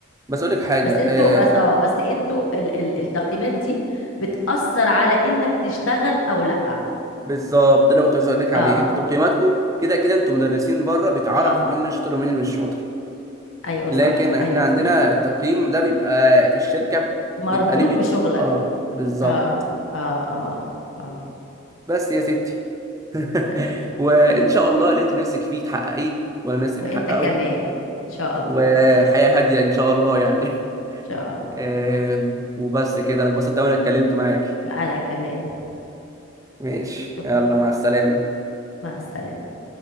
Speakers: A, on the right (about 15°); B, on the left (about 80°).
A: بس اقول لك حاجه
B: بس انتوا
A: آه
B: بس اه بس انتوا ال ال التقييمات دي بتأثر على انك تشتغل او لا
A: بالظبط ده كنت عايز اقول لك عليه
B: اه
A: انتوا تقييماتكم كده كده انتوا مدرسين بره بيتعرف
B: اه
A: مين اللي شاطر ومين اللي مش شاطر
B: ايوه
A: لكن
B: صح
A: احنا
B: ايوه
A: عندنا
B: صح
A: التقييم ده بيبقى في الشركة
B: مربوط
A: بيبقى ليه بي...
B: بشغلك
A: اه بالظبط
B: اه اه اه اه
A: بس يا ستي <laughs>
B: تمام
A: وان
B: تمام
A: شاء الله اللي انت نفسك فيه تحققيه وانا نفسي
B: وانت
A: فيه احققه
B: كمان ان شاء الله
A: وحياة
B: ان
A: هادية ان شاء الله يعني <laughs>
B: شاء الله
A: آم، وبس كده انا اتبسطت أوي اني اتكلمت معاكي
B: انا كمان
A: ماشي
B: شكرا
A: يلا مع السلامة
B: مع السلامة